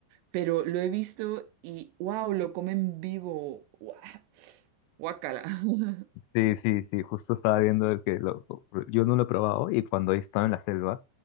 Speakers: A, on the right; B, on the left.
A: Pero lo he visto y, wow, lo comen vivo. Guau, Guácala. <laughs>
B: Sí, sí, sí, justo estaba viendo el que lo- yo no lo he probado y cuando he estado en la selva